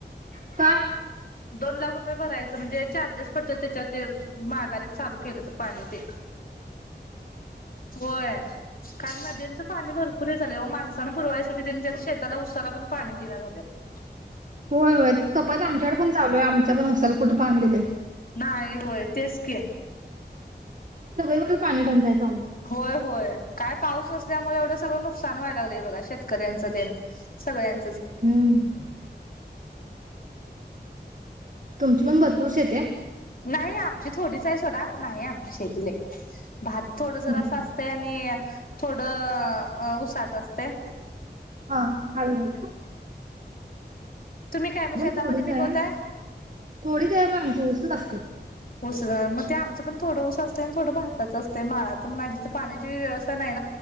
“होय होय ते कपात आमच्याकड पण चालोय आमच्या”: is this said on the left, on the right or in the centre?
Right